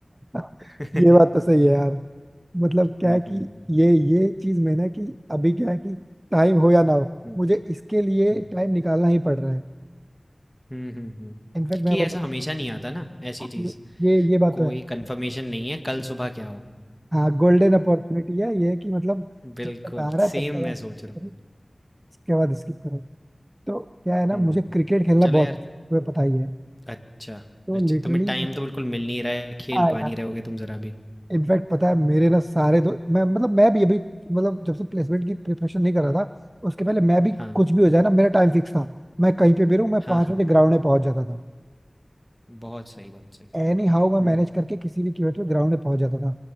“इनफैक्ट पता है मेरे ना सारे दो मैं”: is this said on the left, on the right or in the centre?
Right